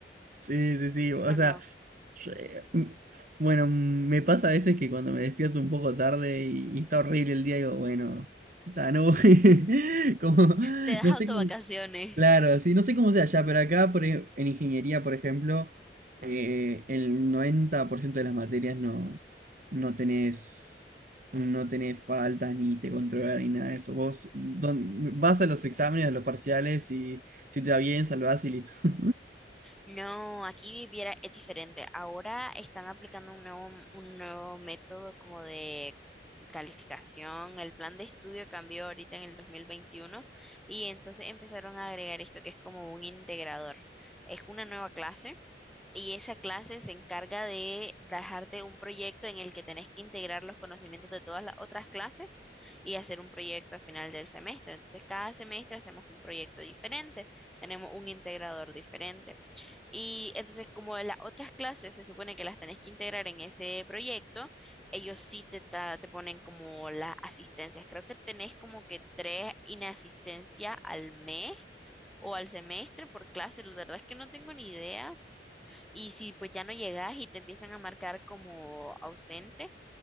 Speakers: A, on the right; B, in the centre.
A: Sí, sí, sí. O
B: No,
A: sea,
B: no.
A: yo, eh, mm, bueno, me pasa a veces que cuando me despierto un poco tarde y, y está horrible el día, digo, bueno, está, no voy. <laughs> Como,
B: Te das
A: no
B: autovacaciones.
A: sé cómo, claro, sí, no sé cómo sea allá, pero acá por, ej- en ingeniería, por ejemplo. eh, el 90% de las materias no, no tenés, no tenés faltas ni te controlan ni nada de eso. Vos don- vas a los exámenes, a los parciales y si te va bien, salvás y listo. <laughs>
B: No, aquí viviera es diferente. Ahora están aplicando un nuevo, un nuevo método como de calificación. El plan de estudio cambió ahorita en el 2021 y entonces empezaron a agregar esto que es como un integrador. Es una nueva clase y esa clase se encarga de dejarte un proyecto en el que tenés que integrar los conocimientos de todas las otras clases y hacer un proyecto al final del semestre. Entonces, cada semestre hacemos un proyecto diferente, tenemos un integrador diferente. Y entonces, como las otras clases se supone que las tenés que integrar en ese proyecto, ellos sí te, ta- te ponen como las asistencias. Creo que tenés como que tres inasistencias al mes o al semestre por clase. La verdad es que no tengo ni idea, y si pues ya no llegas y te empiezan a marcar como ausente,